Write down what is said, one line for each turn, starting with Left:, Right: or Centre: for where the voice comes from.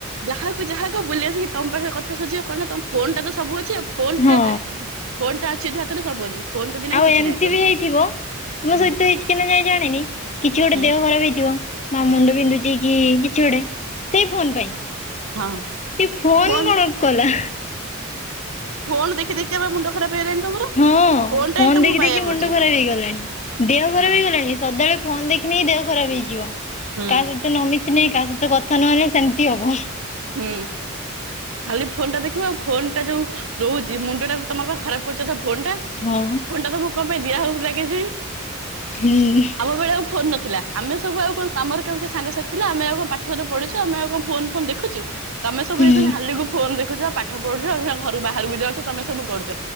Right: ଯାହାକୁ ଯାହା କହ ବୁଲି ଆସିକି ତମ ପାଖରେ କଥାସରିଯିବ କଣ ନାଁ ତମ ଫୋନ୍ ଟା ତ ସବୁ ଅଛି। ଫୋନ୍
Left: ହଁ
Right: ଟା ଫୋନ୍ ଟା ଅଛି ଏ ହାତରେ ସବୁ ଅଛି। ଫୋନ ଯଦି ନାହିଁ
Left: ଆଉ
Right: କିଛି
Left: ଏମତି
Right: ନାହିଁ ତ
Left: ବି ହେଇଥିବ। ତୁମ
Right: ହୁଁ
Left: ସହିତ ହେଚି କି ନାଇଁ କାଇଁ ଜାଣିନି କିଛି ଗୋଟେ
Right: ହୁଁ
Left: ଦେହ ଖରାପ୍ ହେଇଥିବ। ମା ମୁଣ୍ଡ ବିନ୍ଧୁଚି କି କିଛି ଗୋଟେ ସେଇ ଫୋନ୍ ପାଇଁ।
Right: ହଁ
Left: ଏଇ ଫୋନ୍
Right: ଫୋନ
Left: କଣ କଲା।
Right: ଫୋନ୍ ଦେଖି ଦେଖି ପା ମୁଣ୍ଡ ଖରାପ୍ ହେଇଲାଣି ତମର।
Left: ହଁ
Right: ଫୋନ
Left: ଫୋନ୍
Right: ଟା ହିଁ ତମକୁ
Left: ଦେଖି
Right: ବାୟା
Left: ଦେଖି
Right: କରୁଛି
Left: ମୁଣ୍ଡ ଖରାପ୍ ହେଇଗଲାଣି ଦେହ
Right: ହୁଁ
Left: ଖରାପ୍ ହେଇଗଲାଣି ସଦାବେଳେ ଫୋନ୍ ଦେଖିନି ଦେହ ଖରାପ୍ ହେଇଯିବ କାହା
Right: ହୁଁ
Left: ସହିତ ନ ମିଶନେ କାହା ସହିତ କଥା ନହେଲେ ସେମତି ହବ।
Right: ହୁଁ। ଖାଲି ଫୋନ୍ ଟା ଦେଖିବୁ ଆଉ ଫୋନ୍ ଟା ଯୋଉ ରହୁଛି ମୁଣ୍ଡ ଟା ତମର ପା ଖରାପ୍ ପୁଚ ଫୋନ୍ ଟା। ଫୋନ୍
Left: ହଁ
Right: ଟା ତମକୁ କନ୍ ପାଇଁ ଦିଆହଉଥିଲା କେଜାଣି।
Left: ହୁଁ।
Right: ଆମ ବେଳେ ଆଉ ଫୋନ୍ ନଥିଲା ଆମେ ସବୁ ଆଉ କଣ ଆମର କାମରେ ସାଙ୍ଗ ସାଥି ଆମେ ଆଉ କଣ ପାଠ ସାଠ ପଢି ଆମ ଆଉ କଣ ଫୋନ୍ ଫୋନ୍ ଦେଖୁଚୁ। ତମେ ସବୁ
Left: ହୁଁ
Right: ଏ ହାଲକୁ ଫୋନ୍ ଦେଖୁଚ ପାଠ ପଢୁଚ ଏଇ ଘରୁ ବାହାରକୁ ଯାଉଚ ତମେ ସବୁ କରୁଚ।